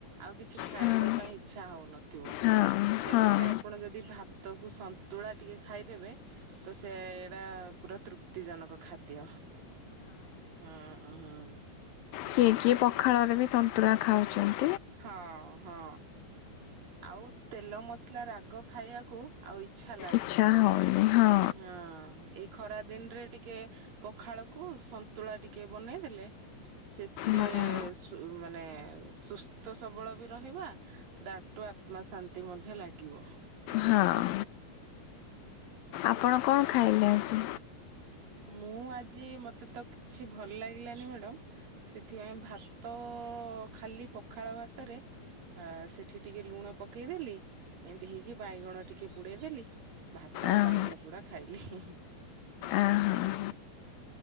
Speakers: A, on the right; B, on the left.
A: ଆଉ କିଛି ଖାଇବା
B: ହଁ
A: ପାଇଁ ଇଚ୍ଛା ହଉନ ଥିବ
B: ହଁ
A: ସେଥିରେ
B: ହଁ
A: ଆପଣ ଯଦି ଯଦି ଭାତକୁ ସନ୍ତୁଳା ଟିକେ ଖାଇଦେବେ ତ ସେରା ପୁରା ତୃପ୍ତି ଜନକ ଖାଦ୍ୟ ହଁ ହଁ।
B: କିଏ କିଏ ପଖାଳରେ ବି ସନ୍ତୁଳା ଖାଉଚନ୍ତି?
A: ହଁ ହଁ ଆଉ ତେଲ ମସଲା ରାଗ ଖାଇବାକୁ ଆଉ ଇଚ୍ଛା
B: ଇଚ୍ଛା ହଉନି ହଁ।
A: ଅଁ ଏଇ ଖରା ଦିନରେ ଟିକେ ପଖାଳକୁ ସନ୍ତୁଳା ଟିକେ ବନେଇଦେଲେ ସେଥିରେ
B: ବଢ଼ିଆ
A: ମାନେ ସୁସ୍ଥ ସବଳ ବି ରହିବା ତାଠୁ ଆତ୍ମା ଶାନ୍ତି ମଧ୍ୟ ଲାଗିବ।
B: ହଁ ଆପଣ କଣ ଖାଇଲେ ଆଜି
A: ମୁଁ ଆଜି ମତେ ତ କିଛି ଭଲ ଲାଗିଲାନି ମ୍ୟାଡ଼ାମ ସେଥିପାଇଁ ଭାତ ଖାଲି ପଖାଳ ଭାତରେ ଆ ସେଠି ଟିକେ ଲୁଣ ପକେଇଦେଲି ଏମତି ହେଇକି ବାଇଗଣ ଟିକେ ପୋଡେଇଦେଲି ଭାତ ଆଉ
B: ଆଁ,
A: ବାଇଗଣ ପୋଡା ଖାଇଲି ଇ ହିଁ ହିଁ।
B: ଆଁ,
A: ହୁଁ।
B: ହଁ